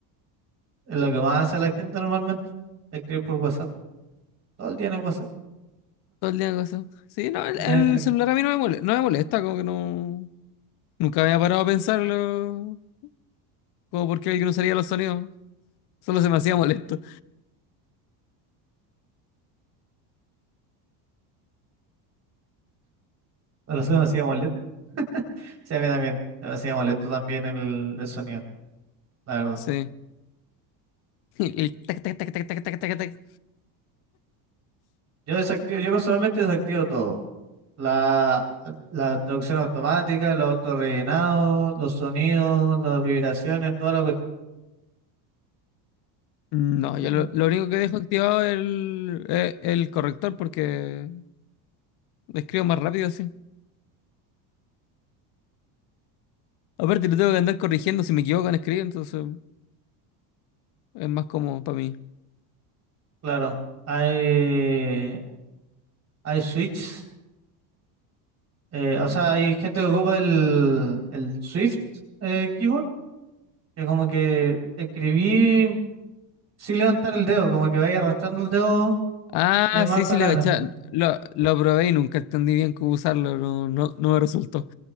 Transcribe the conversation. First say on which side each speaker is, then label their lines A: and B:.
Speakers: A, on the right; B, on the left.
A: es lo que más hace la gente normalmente. Escribir por WhatsApp, todo el día en el WhatsApp.
B: Todo el día cosas. Sí, no, el,
A: Nadie
B: el
A: se
B: celular a mí no me molesta, no me molesta, como que no. Nunca me había parado a pensarlo. Como por qué alguien usaría los sonidos. Solo se me hacía molesto.
A: Pero se me hacía molesto. Sí, a mí también. Se me hacía molesto también el, el sonido, la verdad.
B: Sí. <laughs> El tac, tac, tac, tac, tac, tac, tac, tac.
A: Yo desactivo, yo personalmente desactivo todo. La, la traducción automática, los autorrellenados, los sonidos, las vibraciones, toda la cuestión.
B: No,
A: Eh,
B: yo lo, lo único que dejo activado es el, eh, el corrector porque escribo más rápido así. Aparte, lo tengo que andar corrigiendo si me equivoco en escribir, entonces es más cómodo para mí.
A: Claro, hay, hay switches. Eh, o sea, hay gente que ocupa el, el Swift eh, keyboard, que como que escribí sin levantar el dedo, como que vaya arrastrando el dedo
B: Ah,
A: y hay más
B: sí,
A: palabras.
B: sí, le cachaba. Lo, lo probé y nunca entendí bien cómo usarlo, no, no, no me resultó.